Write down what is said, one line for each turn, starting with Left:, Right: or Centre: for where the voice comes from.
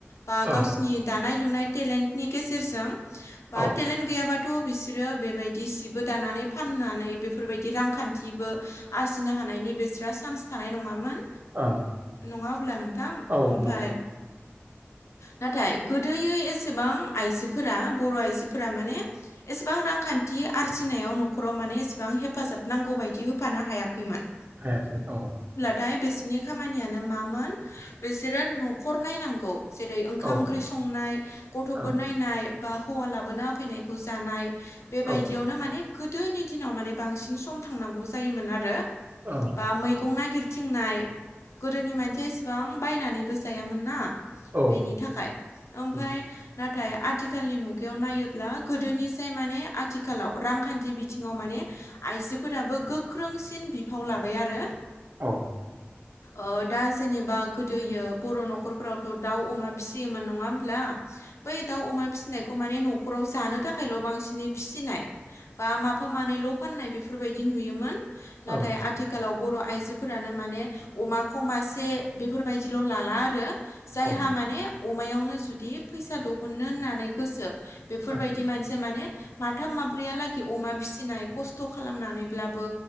Left: बा
Right: ओं
Left: गावसिनि दानाय लुनाय टेलेन्टनि गेजेरजों बा
Right: औ
Left: टेलेन्ट गैयाब्ला थ' बिसोरो बेबायदि सिबो दानानै फाननानै बेफोरबायदि रांखान्थिबो आरजिनो हानायनि बेसोरहारा चान्स थानाय नङामोन
Right: ओं
Left: नङा अब्ला नोंथां
Right: औ
Left: ओमफ्राय
Right: नंगौ <inaudible>
Left: नाथाय गोदोयै एसेबां आइजोफोरा बर' आइजोफोरा माने एसेबां रांखान्थि खान्थि आरजिनायाव न'खराव माने एसेबां हेफाजाब नांगौ बायदि होफानो हायाखैमोन।
Right: हायाखै औ
Left: दायो बिसिनि खामानियानो मामोन बिसोरो न'खर नायनांगौ जेरै ओंखाम
Right: औ ओं
Left: ओंख्रि संनाय गथ'फोर
Right: औ
Left: नायनाय बा हौवा लाबोना होफैनायखौ जानाय बेबायदियावनो
Right: ओं
Left: माने गोदोनि दिनाव माने बांसिन सम थांनांगौ जायोमोन आरो
Right: औ
Left: बा मैगं नाय गिरथिंनाय गोदोनि मानसिया एसेबां बायनानैबो जायामोन ना
Right: औ
Left: बेनि थाखाय ओमफ्राय
Right: ओं
Left: ना नाथाय आथिखालनि मुगायाव नायोब्ला गोदोनिसाय माने आथिखालाव रांखान्थि बे बिथिङाव माने आइजोफोराबो गोख्रोंसिन बिफाव लाबाय आरो
Right: औ
Left: ओ दा जेनेबा गोदोयो बर' न'खरफोरावथ' दाउ अमा फिसियोमोन नङा होमब्ला बै दाउ अमा फिसिनायखौ माने न'खराव जानो थाखायल' बांसिनै फिसिनाय बा माफा मानैल' फाननाय बेफोरबायदि नुयोमोन नाथाय
Right: औ
Left: आथिखालाव बर' आइजोफोरानो माने अमाखौ मासे बेफोरबायदिल' लाला आरो जायहा
Right: औ
Left: माने अमायावनो जुदि फैसा दिहुननो होननानै गोसो बेफोरबायदि
Right: औ
Left: मानसिया माने माथाम माब्रैया लागै अमा फिसिनाय खस्थ' खालामनानैब्लाबो